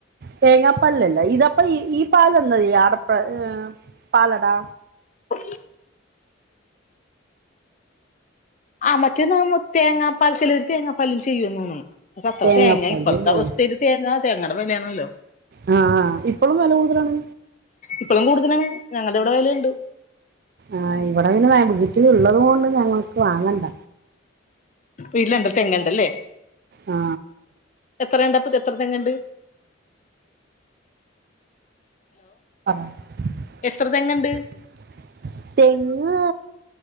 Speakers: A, on the right (about 50°); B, on the left (about 40°).
A: തേങ്ങാപ്പാലല്ലേ ഇതപ്പ ഈ ഈ പാലന്ന ആടപ്പ ഏ പാലടാ
B: ഉ ആ മറ്റേന്ന തേങ്ങാപ്പാൽ ചിലർ തേങ്ങാപ്പാലും ചെയ്യുവന്ന് തോന്നുന്നു അ അത്ര
A: തേങ്ങാപ്പാല്
B: തേങ്ങാ ഇപ്പഴത്തെ
A: അല്ലേ
B: അവസ്ഥയിയില് തേങ്ങാ തേങ്ങടെ വിലയാണല്ലോ
A: ആ ഇപ്പോളും വില കൂടുതലാണ്
B: ഇപ്പളും കൂടുതലാണ് ഞങ്ങളുടെ ഇവിടെ വേലണ്ട്
A: ആ ഇവിടെ നിന്നെ വീട്ടിലള്ളത് കൊണ്ട് ഞങ്ങക്ക് വാങ്ങണ്ട
B: വീട്ടിൽ ണ്ട തേങ്ങ് ണ്ടല്ലേ
A: ആ
B: എത്ര ഇണ്ട് അപ്പ എത്ര തെങ്ങ ഉണ്ട്
A: തെങ്ങ് <unintelligible>
B: എത്ര തെങ്ങുണ്ട്